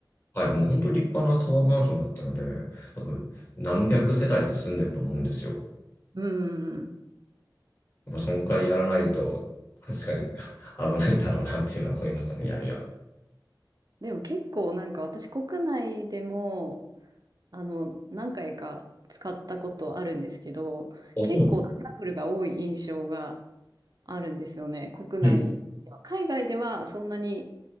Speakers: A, on the left (about 40°); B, on the right (about 55°).
A: はい、もう本当立派なタワーマンションだったので、多分何百世帯って住んでると思うんですよ。
B: うん。
A: やっぱそのくらいやらないと、確かに <laughs> 危ないんだろうなっていうのは思いましたね、闇は。
B: でも結構なんか私国内でもあの何回か使ったことあるんですけど結構トラブルが多い印象が
A: あ、そうなの
B: あるんですよね。国内では。
A: うん。
B: 海外ではそんなに